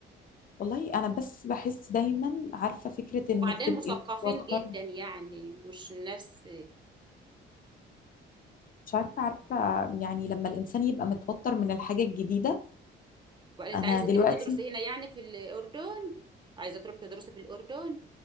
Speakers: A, on the left; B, on the right.
A: والله انا بس بحس دايما عارفه فكره
B: وبعدين
A: انك تبقي
B: مثقفين
A: متوتره
B: جدا يعني مش ناس
A: مش عارفه عارفه يعني لما الانسان يبقى متوتر من الحاجه الجديده
B: وبعدين انت
A: انا
B: عايزة
A: دلوقتي
B: تيجي تدرسي هنا يعني في الأردن عايزة تروحي تدرسي في الأردن